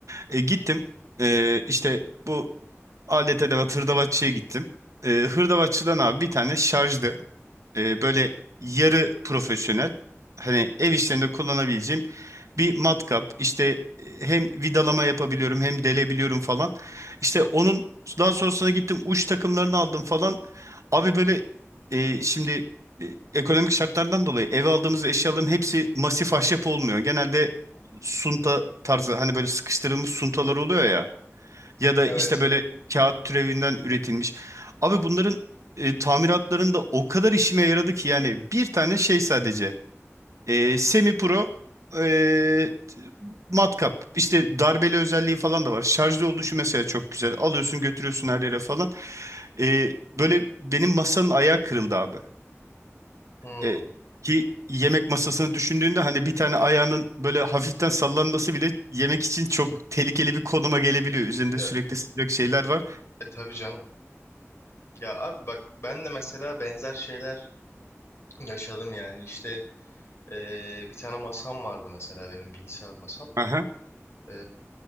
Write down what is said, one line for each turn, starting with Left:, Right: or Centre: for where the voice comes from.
Right: E, gittim E, işte bu alet edevat hırdavatçıya gittim. Ee, hırdavatçıdan abi bir tane şarjlı e, böyle yarı profesyonel hani ev işlerinde kullanabileceğim bir matkap İşte e, hem vidalama yapabiliyorum hem delebiliyorum falan. İşte onun daha sonrasına gittim uç takımlarını aldım falan. Abi böyle e, şimdi e, ekonomik şartlardan dolayı eve aldığımız eşyaların hepsi masif ahşap olmuyor. Genelde sunta tarzı hani böyle sıkıştırılmış suntalar oluyor ya. Ya da
Left: Evet.
Right: işte böyle kağıt türevinden üretilmiş. Abi bunların e, tamiratlarında o kadar işime yaradı ki yani bir tane şey sadece e, semi pro e, t- matkap işte darbeli özelliği falan da var. Şarjlı oluşu mesela çok güzel. Alıyorsun götürüyorsun her yere falan. E, böyle benim masanın ayağı kırıldı abi.
Left: Hmm.
Right: E, ki yemek masasını düşündüğünde hani bir tane ayağının böyle hafiften sallanması bile yemek için çok tehlikeli bir konuma gelebiliyor. Üzerinde
Left: Ya,
Right: sürekli sıcak şeyler var.
Left: e tabii canım. Ya abi bak ben de mesela benzer şeyler yaşadım yani İşte e, bir tane masam vardı mesela benim bilgisayar masam.
Right: Aha,
Left: E,